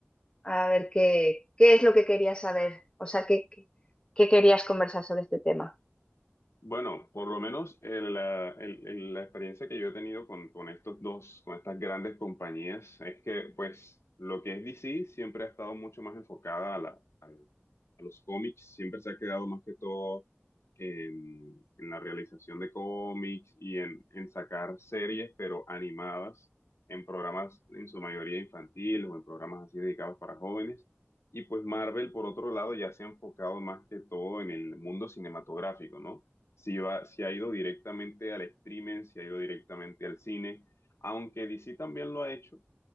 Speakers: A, on the left; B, on the left.
A: a ver qué, qué es lo que querías saber, o sea, qué, qué qué querías conversar sobre este tema.
B: Bueno, por lo menos el, la, el- el- la experiencia que yo he tenido con, con estos dos, con estas grandes compañías, es que pues lo que es DC siempre ha estado mucho más enfocada a, la, al- a los cómics, siempre se ha quedado más que todo en, en la realización de cómics y en, en sacar series, pero animadas, en programas en su mayoría infantiles o en programas así dedicados para jóvenes. Y pues Marvel, por otro lado, ya se ha enfocado más que todo en el mundo cinematográfico, ¿no? si va, si ha ido directamente al streaming, si ha ido directamente al cine, aunque DC también lo ha hecho,